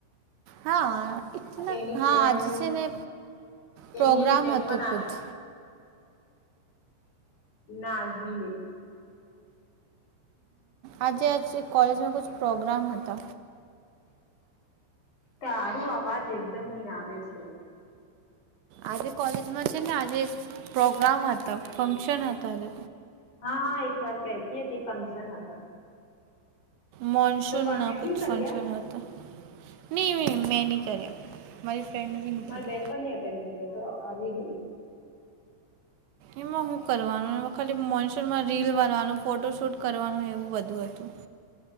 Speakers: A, on the right (about 70°); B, on the left (about 40°).
A: હા એટલે
B: એની
A: હા
B: ફ્રેન્ડ
A: આજે છે ને પ્રોગ્રામ
B: એની એક ફ્રેન્ડ
A: હતું
B: પણ આવી
A: કુછ
B: ના આજ ની ગયી
A: આજે આજે કોલેજમાં ક પ્રોગ્રામ હતો.
B: તારું અવાજ એકદમ ની આવે છે.
A: આજે કોલેજમાં છે ને આજે પ્રોગ્રામ હતા ફંક્શન હતો આજે
B: હા હા એક વાત કતી હતી ફંક્શન હતો.
A: મોનસૂન
B: અટેન્ડ
A: ના કછ
B: નહી કર્યા
A: ફંક્કશન હોતા નહી મેં નહી કર્યા મારી ફ્રેન્ડ બી
B: હા
A: નહીં
B: મારી
A: કરી
B: બેન પણ નની અટેન્ડ કરીએ તો આવી ગઈ.
A: એમાં હું કરવાનું એ ખાલી મોનસૂનમાં રીલ બનવાનું ફોટો શૂટ કરવાનું એવું બધું હતું.